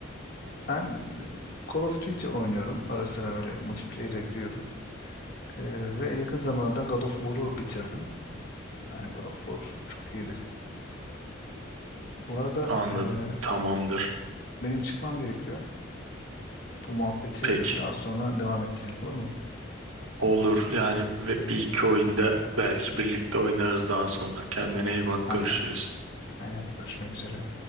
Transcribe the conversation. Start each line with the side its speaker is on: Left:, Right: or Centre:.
Left: Ben e, Call of Duty oynuyorum. Ara sıra böyle multiplayer'e giriyorum. E, ve yakın zamanda da God of War'u bitirdim. Yani God of War çok iyiydi. Bu arada
Right: Anladım.
Left: e,
Right: Tamamdır.
Left: benim çıkmam gerekiyor. Bu muhabbeti
Right: Peki.
Left: daha sonra devam ettirelim olur mu?
Right: Olur yani ve bir iki oyunda belki birlikte oynarız daha sonra. Kendine iyi bak
Left: Aynen.
Right: görüşürüz.
Left: Aynen. Görüşmek üzere.